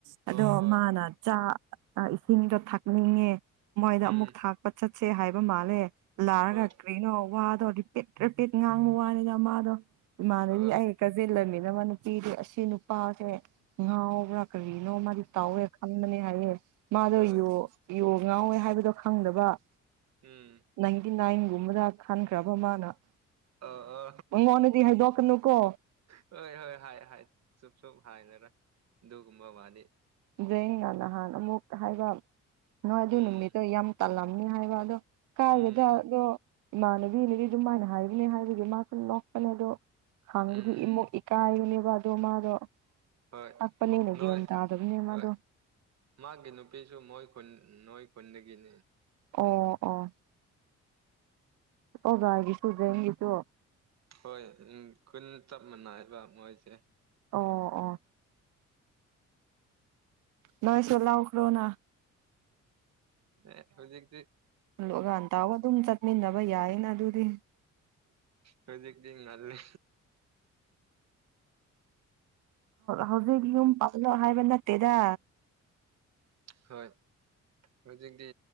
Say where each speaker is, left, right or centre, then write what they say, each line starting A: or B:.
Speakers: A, on the right (about 80°); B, on the right (about 60°).
A: ꯑꯗꯣ
B: ꯍꯣꯏ ꯍꯣꯏ
A: ꯃꯥꯅ ꯆꯥ ꯏꯁꯤꯡꯗꯣ ꯊꯛꯅꯤꯡꯉꯦ ꯃꯣꯏꯗ
B: ꯎꯝ
A: ꯑꯃꯨꯛ ꯊꯥꯛꯄ ꯆꯠꯁꯤ ꯁꯦ ꯍꯥꯏꯕ ꯃꯥꯜꯂꯦ ꯂꯥꯛꯔꯒ
B: ꯍꯣꯏ
A: ꯀꯔꯤꯅꯣ ꯋꯥꯗꯣ ꯔꯤꯄꯤꯠ ꯔꯤꯄꯤꯠ ꯉꯥꯡꯕ ꯋꯥꯅꯤꯗ ꯃꯃꯥꯗꯣ ꯏꯃꯥꯅꯅꯤ
B: ꯍꯣꯏ
A: ꯑꯩ ꯀꯖꯤꯜꯂꯅꯤꯅ ꯅꯨꯄꯤꯗꯤ ꯑꯁꯤ ꯅꯨꯄꯥꯁꯦ ꯉꯥꯎꯕ꯭ꯔꯥ ꯀꯔꯤ ꯅ ꯃꯥꯗꯤ ꯇꯥꯎꯋꯦ ꯈꯪꯕꯅꯦ ꯍꯥꯏꯌꯦꯦ ꯃꯥꯗꯣꯣ
B: ꯍꯣꯏ
A: ꯉꯥꯎꯋꯦ ꯍꯥꯏꯕꯗꯣ ꯈꯪꯗꯕ
B: ꯎꯝ
A: ꯅꯥꯏꯟꯇꯤ ꯅꯥꯏꯟ ꯨꯝꯕꯗ ꯈꯟꯈ꯭ꯔꯕ ꯃꯥꯅ
B: ꯑ ꯑ
A: ꯃꯉꯣꯟꯗꯗꯤ ꯍꯥꯏꯗꯣꯛꯀꯅꯨꯀꯣ
B: ꯍꯣꯏ ꯍꯣꯏ ꯍꯥꯏ ꯍꯥꯏ ꯆꯨꯞ ꯆꯨꯞ ꯍꯥꯏꯅꯔꯥ ꯗꯨꯒꯨꯝꯕ ꯃꯥꯅꯦꯦ
A: ꯗ ꯉ ꯅꯍꯥꯟ ꯑꯃꯨꯛ ꯍꯥꯏꯕ ꯅꯣꯏ ꯑꯗꯨ
B: ꯎꯝ
A: ꯅꯨꯃꯤꯠꯇꯣ ꯌꯥꯝ ꯇꯜꯂꯝ ꯍꯥꯏꯕ ꯑꯗꯣ ꯀꯥꯏꯗꯗ
B: ꯎꯝ
A: ꯑꯗꯣ ꯏꯃꯥꯟꯅꯕꯤꯅꯗꯤ ꯑꯗꯨꯝꯃꯥꯏꯅ ꯍꯥꯏꯕꯅꯦ ꯍꯥꯏꯕꯒꯤ ꯃꯥꯁꯨ ꯂꯣꯛꯄꯅꯦ ꯑꯗꯣ ꯍꯪꯗꯤ
B: ꯎꯝ ꯎꯝ
A: ꯏꯃ ꯏꯀꯥꯏ ꯌꯌꯨꯅꯦꯕ ꯑꯗꯨ ꯃꯥꯗꯣ
B: ꯍꯣꯏ
A: ꯊꯛꯄꯅꯤꯅ
B: ꯅꯣꯏ
A: ꯒ꯭ꯌꯥꯟ ꯇꯥꯗꯕꯅꯦ
B: ꯍꯣꯏ
A: ꯃꯥꯗꯣ
B: ꯃꯥꯒꯤ ꯅꯨꯄꯤꯁꯨ ꯃꯣꯏ ꯈꯨꯟ ꯅꯣꯏ ꯈꯨꯟꯗꯒꯤꯅꯤ
A: ꯑꯣ ꯑꯣ ꯇꯧꯖꯥꯒꯤ ꯁꯨꯖꯦꯡꯒꯤꯁꯨ
B: ꯍꯣꯏ ꯎ ꯀꯨꯟ ꯆꯞ ꯃꯥꯟꯅꯏꯕ ꯃꯣꯏꯁꯦ
A: ꯑꯣ ꯑꯣ ꯅꯣꯏꯁꯂ ꯑꯣꯈꯣꯅ
B: ꯑꯦ ꯍꯧꯖꯤꯛꯗꯤ
A: ꯍꯂꯑꯒꯥꯟꯟꯇꯥꯎ ꯑꯗꯨꯝ ꯆꯠꯃꯤꯟꯅꯕ ꯌꯥꯏꯌꯦꯅ ꯑꯗꯨꯗꯤ
B: ꯍꯧꯖꯤꯛꯗꯤ ꯉꯜꯂꯦ
A: ꯍꯧꯖꯤꯛ ꯌꯨꯝ ꯄꯥꯎꯂꯣ ꯍꯥꯏꯕꯟ ꯅꯠꯇꯦꯗ
B: ꯍꯣꯏ ꯍꯧꯖꯤꯛꯇꯤ